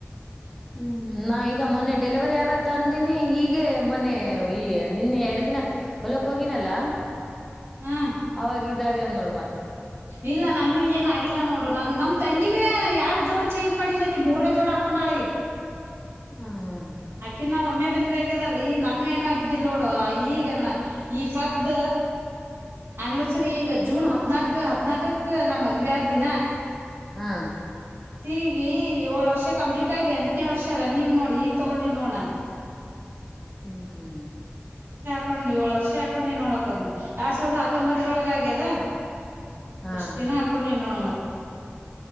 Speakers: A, in the centre; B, on the right.
A: ಹ್ಮ್ ನಾವ ಈಗ ಮೊನ್ನೆ ಡೆಲಿವರಿ ಆದಾಗ ತಂದೀನಿ ಈಗ ಮೊನ್ನೆ ಈ ನಿನ್ನೆ ಎರಡ್ ದಿನಕ್ಕೆ ಹೊಲಕ್ ಹೋಗಿನಲ್ಲ
B: ಹ್ಮ್
A: ಅವಾ ಇದಾಗ್ಯಾವ್ ನೋಡು ಮತ್
B: ಇಲ್ಲ ನನ್ನು ಏನ ಆಗಿಲ್ಲ ನೋಡು ನನ್ ನಮ ತಂಗಿವೇ ಯಾಡ್ ಜೋಡು ಚೇಂಜ್ ಮಾಡಿಲ್ಲಕಿ ಮೂರೇ ಜೋಡ್ ಹಾಕೊಂಡಾಳಿ
A: ಹ್ಮ್ ಹ್ಮ್
B: ಆಕೆ ನಾ ಒಮ್ಮೆ ಮದ್ವೆ ಆಗ್ಯದಲ್ಲ ಈಗ ನಾನು ಏನು ಆಗಿದ್ದಿಲ್ಲ ನೋಡು ಈಗ ಈ ಸದ್ದ ಆನಿವರ್ಸರಿ ಈಗ ಜೂನ್ ಹದ್ನಾಕ್ ಹದ್ನಾಕಕ್ ನಾ ಮದುವೆ ಆದ ದಿನ
A: ಹಾ
B: ತಿರಿಗಿ ಏಳು ವರ್ಷ ಕಂಪ್ಲೀಟ್ ಆಗಿ ಎಂಟನೇ ವರ್ಷ ರನ್ನಿಂಗ್ ನೋಡ್ ಈ ತಗೊಂಡಿ ನೋಣ
A: ಹ್ಮ್ ಹ್ಮ್
B: ಹಾಕೊಂಡ್ ನೀ ಏಳ ವರ್ಷ ಹಾಕೊಂಡ್ ನೀ ನೋಡೋಕೋನ್ ಎರಡ್ ಸಾವಿರದ ಹತ್ತೊಂಬತ್ತೊಳ ಆಗ್ಯದ
A: ಹಾ
B: ಎಷ್ಟ್ ದಿನ ಹಾಕೊಂಡನೀ ನೋಡ ಮತ್ತ